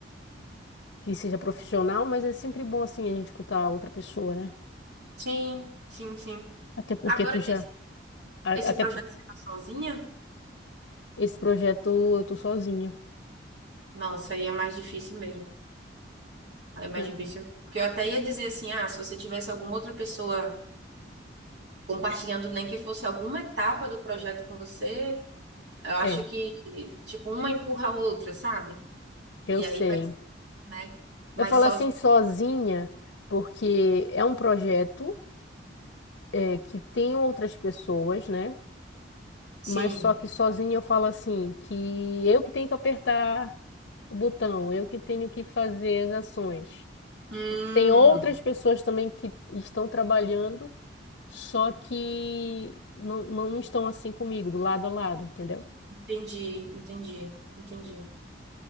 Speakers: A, on the left (about 70°); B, on the right (about 60°).
A: que seja profissional, mas é sempre bom assim a gente escutar outra pessoa, né?
B: sim, sim, sim.
A: Até porque
B: Agora,
A: tu
B: esse
A: já, a-
B: esse
A: até
B: projeto
A: por-
B: de ficar sozinha,
A: esse projeto eu tô sozinha.
B: nossa, aí é mais difícil mesmo. Aí É mais
A: Eu-
B: difícil mesmo. Porque eu até ia dizer assim, ah, se você tivesse alguma outra pessoa compartilhando, nem que fosse alguma etapa do projeto com você, eu acho
A: É,
B: que, tipo, uma empurra a outra, sabe?
A: eu
B: E
A: sei.
B: aí vai, né? Mas
A: Eu falo
B: sozinho,
A: assim sozinha porque é um projeto é, que tem outras pessoas, né?
B: sim.
A: Mas só que sozinha eu falo assim que eu que tenho que apertar o botão, eu que tenho que fazer as ações.
B: Hum,
A: Tem outras pessoas também que estão trabalhando, só que não, não estão assim comigo, do lado a lado, entendeu?
B: entendi, entendi, entendi.